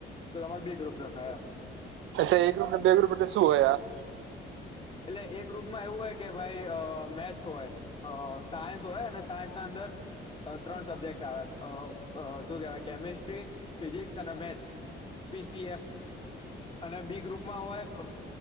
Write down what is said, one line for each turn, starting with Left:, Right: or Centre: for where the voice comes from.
Left: તો તેમા બી ગ્રુપ રખાય એમ.
Right: અચ્છા એ ગ્રુપ ને બી ગ્રુપ એટલે શું હોય આ
Left: એટલે એ ગ્રુપમાં એવું હોય કે ભાઈ મેથ્સ હોય. અ સાયન્સ હોય અને સાયન્સના અંદર અ ત્રણ સબ્જેક્ટ આવે અ અ શું કહેવાય કેમિસ્ટ્રી, ફિઝિક્સ અને મેથ્સ. પી. સી. એફ અને બી ગ્રુપમાં હોય અ